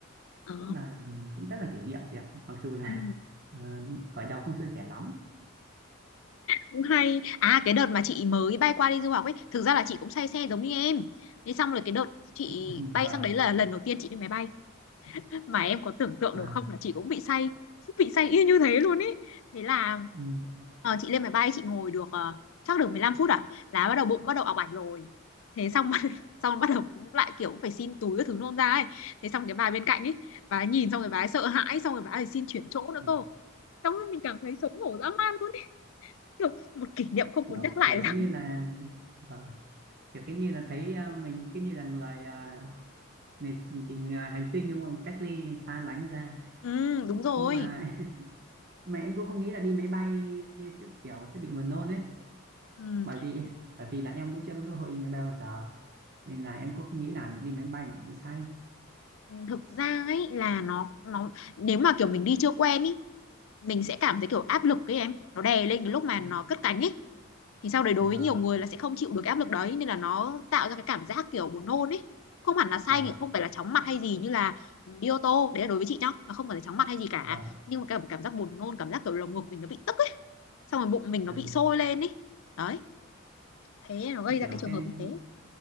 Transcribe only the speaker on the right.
rất là cũng rất là kỷ niệm chị ạ mặc dù là
à, khởi đầu không suôn sẻ lắm
<laughs>
và
và
ừ.
Ừ,
kiểu
kiểu
cái như là vâng, kiểu cái như là thấy à, mình cái như là người à, người, cái người hành tinh đúng không cách ly xa lánh ra
mà <laughs> mà em cũng không nghĩ là đi máy bay sẽ kiểu sẽ bị buồn nôn ấy
bởi vì bởi vì là em cũng chưa có cơ hội đi máy bay bao giờ nên là em cũng không nghĩ là đi máy bay mà cũng bị say
à,
vâng
vâng
vâng
ừ,
ừ.
kiểu
cái